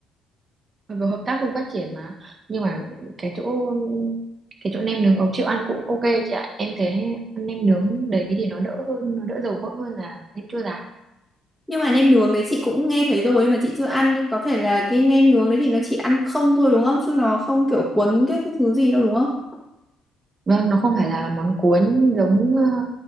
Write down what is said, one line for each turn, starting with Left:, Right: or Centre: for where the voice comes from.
Right: Mặc dù hợp tác cùng phát triển mà nhưng mà cái chỗ cái chỗ nem nướng ấu triệu ăn cũng ok chị ạ em thấy ăn nem nướng đấy thì nó đỡ hơn nó đỡ dầu mỡ hơn là nem chua rán
Centre: nhưng mà nem nướng đấy chị cũng nghe thấy rồi mà chị chưa ăn nhưng có phải là cái nem nướng đấy thì nó chỉ ăn không thôi đúng không chứ nó không kiểu cuốn cái, cái thứ gì đâu đúng không
Right: vâng nó không phải là món cuốn giống ờ,